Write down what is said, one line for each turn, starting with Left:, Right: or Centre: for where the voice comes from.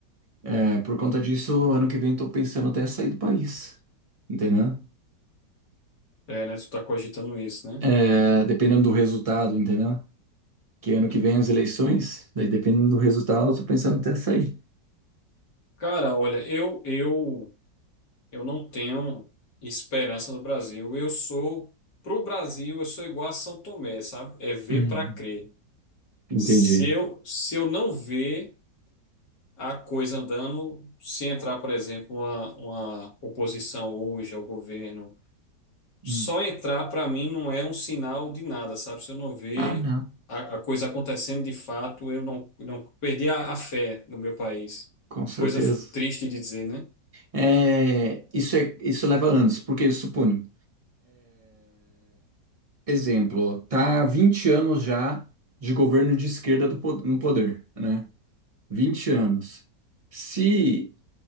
Right: é, por conta disso, ano que vem eu tô pensando até sair do país, entendeu?
Left: É, né? Tu tá cogitando isso, né?
Right: É, dependendo do resultado, entendeu? Que ano
Left: Uhum.
Right: que vem as eleições, daí dependendo do resultado, eu tô pensando até sair.
Left: Cara, olha, eu, eu Eu não tenho esperança no Brasil. Eu sou, pro Brasil, eu sou igual a São Tomé, sabe? É ver
Right: Hum,
Left: para crer.
Right: entendi.
Left: Se eu, se eu não ver a coisa andando, se entrar, por exemplo, uma, uma oposição hoje ao governo, só
Right: Hum.
Left: entrar para mim não é um sinal de nada, sabe? Se eu não ver
Right: Ah, não.
Left: a, a coisa acontecendo de fato, eu não, não perdi a, a fé no meu país.
Right: Com certeza.
Left: Coisa f- triste de dizer, né?
Right: É, isso, é, isso leva anos, porque suponho, Exemplo, tá há 20 anos já de governo de esquerda do po- no poder, né? 20 anos. Se,